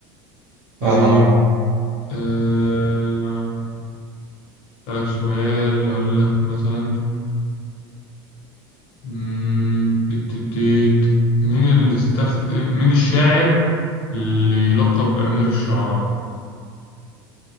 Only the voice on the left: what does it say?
طيب
أه... أسألك سؤال أقول لك مثلا مم، تيت تيت تيت. مين اللي استخدم مين الشاعر اللي يلقب بأمير الشعراء؟